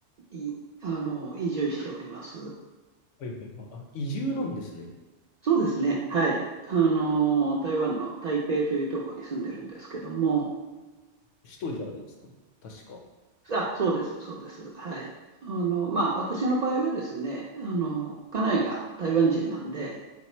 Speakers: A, on the right (about 55°); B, on the left (about 85°).
A: に、あの、移住しております。
B: はいはいはい、あ、移住なんですね。
A: そうですね。はい。あのー、台湾の台北というところに住んでるんですけども、
B: 一人じゃないですか。確か。
A: あ、そうです、そうです。はい。あの、まあ、私の場合はですね、あの、家内が台湾人なんで、